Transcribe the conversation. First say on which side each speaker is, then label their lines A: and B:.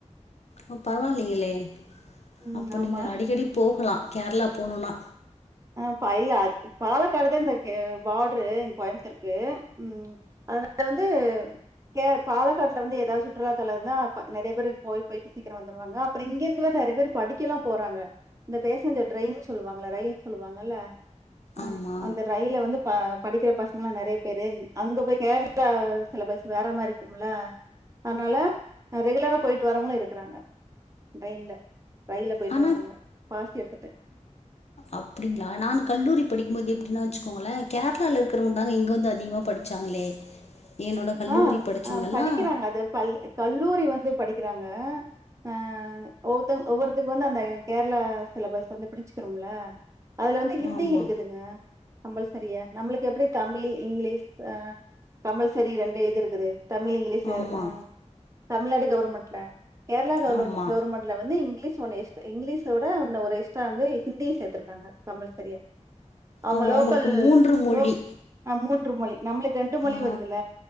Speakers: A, on the left; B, on the right.
A: ஓ பரவால்லிங்களே
B: ம்.
A: அப்ப
B: ஆமா.
A: நீங்க அடிக்கடி போகலா கேரளா போனோன்னா
B: அ பயில்ல அதுக்கு பாலக்காடு தா இந்த கே பாட்ரு இங் கோய்ம்த்தூர்கு ம் <unintelligible> வந்து கேர் பாலக்காட்ல வந்து ஏதாவ்து சுற்றுலாத்தலோ இருந்தா அப்ப நெறையா பேருக் போயி போயிட்டு சீக்கரோ வந்துருவாங்க அப்புறோ இங்கே இருந்து வேற நெறையா பேர் படிக்கேல்லா போறாங்க இந்த ஃபேசஞ்சர் ட்ரைன்னுன் சொல்லுவாங்கள ரயில் சொல்லுவாங்கல்ல அ
A: ஆமா
B: அந்த ரயில வந்து ப படிக்குற பசங்கல்லா நெறைய பேரு அங்க போயி கேர்ளா சிலபஸ் வேற மாரிருக்கும்ல அத்னால அ ரெகுலரா போயிட்டு வரவுங்களும் இருக்குறாங்க ட்ரெயின்ல ரயில்ல போயிட்டு
A: ஆனா
B: வரவுங்க பாசு எடுத்துட்டு
A: அப்டிங்ளா நாங் கல்லூரி படிக்கும்போது எப்டி அ வெச்சுக்கோங்களே கேர்ளால இருக்கறவ்ங்க தாங்க இங்க வந்து அதிகமா படிச்சாங்களே என்னோட கல்லூரி
B: அ
A: படிச்சவங்கல்லா
B: அ படிக்கறாங்க அது பல் கல்லூரி வந் து படிக்கிறாங்க ஆ ஒவ்தொங் ஒவ்வொருத்தர்கு வந்து அந்த கேர்ளா சிலபஸ் வந்து பிடிச்சுக்குரும்ல அதுல வந்து ஹிந்தி
A: ஆமா
B: இருக்குதுங்க கம்பல்செரியா நம்ளுக்கு எப்புடி தமிழ் இங்லீஷ் ஆ கம்பல்ஸ் செரி ரெண்டு இது இருக்குது தமிழ் இங்லீஷு
A: ஆமா
B: ஆ தமிழ்நாடு கவுருமெண்ட்ல கேர்ளா கவுலம
A: ஆமா
B: கவுருமெண்ட்ல வந்து இங்லீஷ் ஒன்னு எஸ்ட்டா இங்லீஷோட ஒன்னு ஒரு எக்ஸ்ட்ரா வந்து ஹிந்தி சேத்துருக்காங்க கம்பல்செரியா அவுங்க
A: அவ
B: லோக்கல்
A: அவங்களுக்கு மூன்று மொழி
B: லோக் ஆ மூன்று மொழி நம்ளுக்கு ரெண்டு மொழி
A: ஆ
B: வரு துல